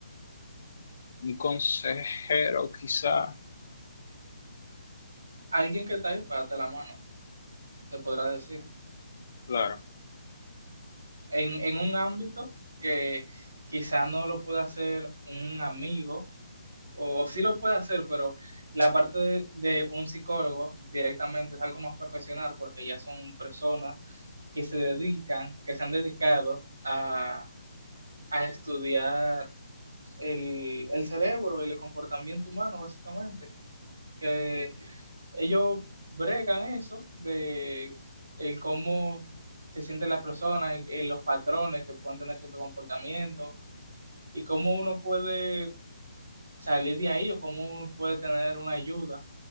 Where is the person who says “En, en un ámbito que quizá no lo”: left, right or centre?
Right